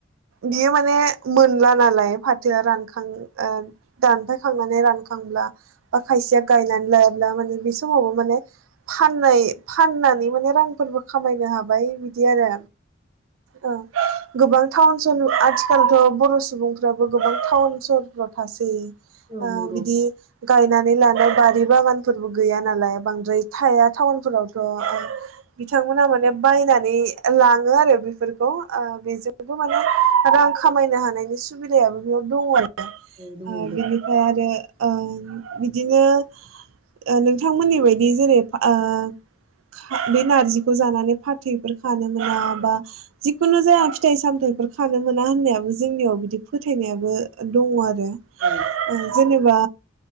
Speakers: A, on the right (about 80°); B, on the right (about 30°).
A: बियो माने मोनला नालाय फाथ रानखांयो ओ दानफायखांनानै रान खांब्ला बा खायसेया गायनानै लायाब्ला माने बे समावबो माने फाननाय फाननानै माने रांफोरबो खामायनो हाबाय बिद बिदि आरो ओ गोबां टाउन सह आथिखालथ' बर' सुबुंफ्राबो गोबां टाउन सहरफ्राव थासै।
B: औ
A: ओ
B: नंगौ
A: बिदि
B: नंगौ
A: गायनानै लानाय बारि बागानफोरबो गैया। नालाय बांद्राय थाया टाउन फोराव। थ' बिथांमोना माने बायनानै लाङो आरो बिफ फोरखौ ओ बेजोंबो माने रांख खानायनो हान नायनि सुबिदायाबो बेयाव दङआरो
B: औ दङ
A: ओ
B: दङ औ
A: बिनिफ्राय आरो ओ बिद बिदिनो ओ नोंथांमोननि बायदि जेरै फा-ओ खा-बे नारजिखौ जानानै फाथैफोर खानो मोना बा जिखुनु जाया फिथ फिथाइ सामथायफोर खानो मोना होननायाबो जो जोंनियाव बिदि फोथायनायाबो दङ आरो रो
B: औ
A: ओ जेनेबा